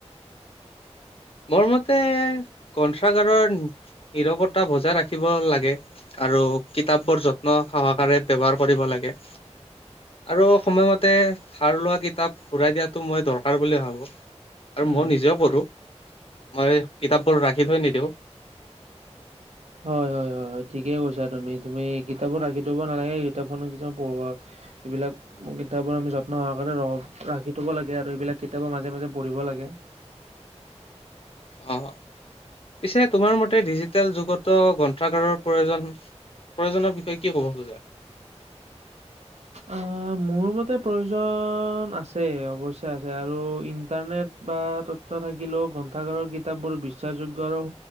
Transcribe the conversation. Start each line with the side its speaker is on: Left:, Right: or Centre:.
Left: মোৰ মতে, কন্ঠাগাৰৰ নিৰৱতা বজাই ৰাখিব লাগে। আৰু কিতাপৰ যত্ন সহকাৰে ব্যৱহাৰ কৰিব লাগে। আৰু সময়মতে ধাৰ লোৱা কিতাপ ঘূৰাই দিয়াটো, মই দৰকাৰ বুলি ভাবোঁ। আৰু
Right: উম।
Left: মই নিজেও পঢ়োঁ, মই কিতাপবোৰ ৰাখি থৈ নিদিওঁ।
Right: হয় হয়, হয় হয় ঠিকে কৈছাঁ তুমি, তুমি কিতাবোৰ ৰাখি থ'ব নালাগে, কিতাপখনো কিছুমান পঢ়া এইবিলাক কিতাপবোৰ আমি যত্ন সহে ৰাখি থ'ব লাগে, আৰু এইবিলাক কিতাপবোৰ মাজে মাজে পঢ়িব লাগে।
Left: অ', পিছে তোমাৰ মতে ডিজিটেল যুগটো গ্ৰন্থাগাৰৰ প্ৰয়োজন প্ৰয়োনৰ বিষয়ে কি ক'ব খোজা?
Right: অ', মোৰ মতে প্ৰয়োজন আছে, অৱশ্যে আছে, আৰু ইণ্টাৰনেট বা তথ্য থাকিলেও গ্ৰন্থাগাৰৰ কিতাপবোৰ বিশ্বাসযোগ্য আৰু